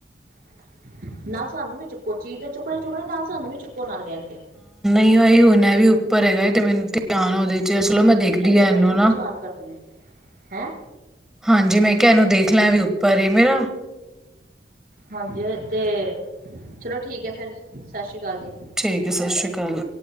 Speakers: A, on the right; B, in the centre.
A: <inaudible> ਨਾ ਸਾਨੂੰ ਵੀ ਚੁੱਕੋ ਚੀਜ਼ ਤਾਂ ਚੁੱਕਣੀ- ਚੁੱਕਣੀ ਨਾਲ ਸਾਨੂੰ ਵੀ ਚੁੱਕੋ ਨਾਲ ਕੈਣਗੇ।
B: ਈ ਓਨਾਂ ਵੀ ਉ ਉੱਪਰ ਹੈਗਾ ਏ ਤੇ ਮੈਨੂੰ ਧਿਆਨ ਓਦੇ ਚਲੋ ਮੈਂ ਦੇਖਦੀ ਆ
A: ਬੜੀਆਂ
B: ਐਨੂੰ
A: ਪਰੇਸ਼ਾਨ
B: ਨਾ।
A: ਕਰ ਦੀਆਂ ਹੈਂ!
B: ਹਾਂਜੀ ਮੈਂ ਕਿਆ ਏਨੂੰ ਦੇਖ ਲੈ ਵੀ ਉੱਪਰ ਐ ਮੇਰਾ।
A: ਹਾਂਜੀ ਤੇ ਚਲੋ ਠੀਕ ਐ ਫਿਰ ਸਸ ਸ਼੍ਰੀ ਕਾਲ ਜੀ।
B: ਠੀਕ ਐ ਸਸ ਸ੍ਰੀ ਅਕਾਲ।